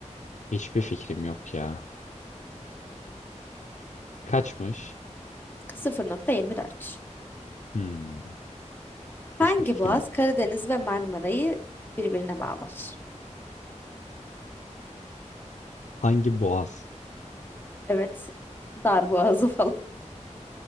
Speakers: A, on the left; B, on the left.
A: Hiçbir fikrim yok ya. Kaçmış?
B: 0.24.
A: Hmm.
B: Hangi
A: Hiçbir fikrim
B: boğaz
A: yoktu.
B: Karadeniz ve Marmara'yı birbirine bağlar?
A: Hangi boğaz?
B: Evet, dar boğazı falan. <laughs>